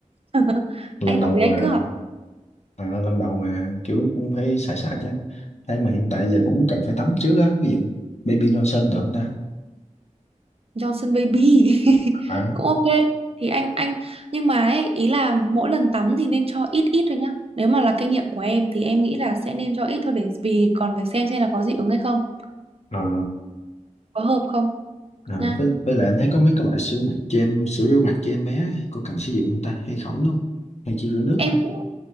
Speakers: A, on the right; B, on the left.
A: <laughs>
B: lần
A: anh hỏi
B: đầu
A: thì anh
B: à,
A: cứ hỏi
B: À, lần đầu mà kiểu cũng phải xài xài chứ thế mà hiện tại giờ cũng cần phải tắm trước á ví dụ Baby Johnson được không ta
A: Johnson Baby <laughs>
B: à,
A: cũng ok thì anh anh nhưng mà ấy, ý là mỗi lần tắm thì nên cho ít ít thôi nhá nếu mà là kinh nghiệm của em thì em nghĩ là sẽ nên cho ít thôi để vì còn phải xem xem là có dị ứng hay không
B: à,
A: có hợp không
B: à,
A: nha
B: với, với lại anh thấy có mấy cái loại sữa mặt cho em sữa rửa mặt cho em bé ấy, có cần sử dụng không ta hay khỏi luôn hay chỉ rửa nước
A: em
B: thôi
A: cũng